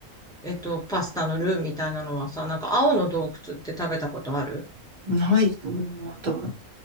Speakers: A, in the centre; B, on the right (about 45°).
A: えっと、パスタのルーみたいなのはさ、なんか青の洞窟って食べたことある
B: ないと思うな、多分。